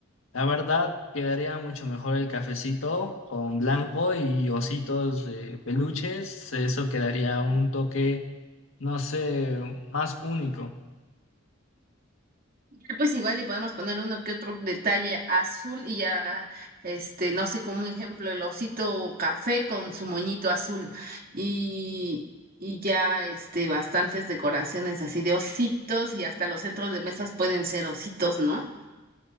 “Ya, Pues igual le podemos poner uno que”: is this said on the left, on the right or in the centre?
Right